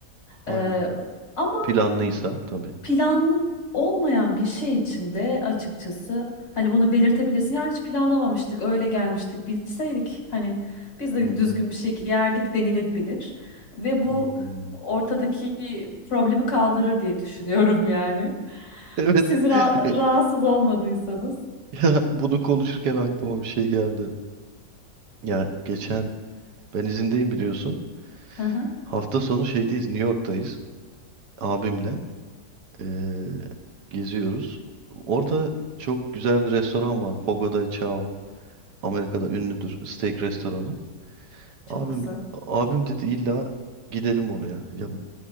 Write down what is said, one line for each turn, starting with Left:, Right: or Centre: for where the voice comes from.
Right: aynen.
Left: Ee, ama
Right: Planlıysa tabii.
Left: planlı olmayan bir şey için de açıkçası hani bunu belirtebilirsin. Ya hiç planlamamıştık, öyle gelmiştik, bilseydik hani biz de
Right: Hı hı.
Left: düzgün bir şey giyerdik denilebilir. Ve bu
Right: Hmm.
Left: ortadaki problemi kaldırır diye düşünüyorum yani.
Right: Evet.
Left: Siz ra-
Right: <laughs>
Left: rahatsız olmadıysanız.
Right: Ya bunu konuşurken aklıma bir şey geldi. Ya geçen ben izindeyim biliyorsun.
Left: Hı hı,
Right: Hafta sonu şeydeyiz, New York'tayız. Abimle eee, geziyoruz. Orada çok güzel bir restoran var. Fogo de Chao. Amerika'da ünlüdür steak restoranı.
Left: çok
Right: Abim
Left: güzel.
Right: abim dedi illa gidelim oraya. Ya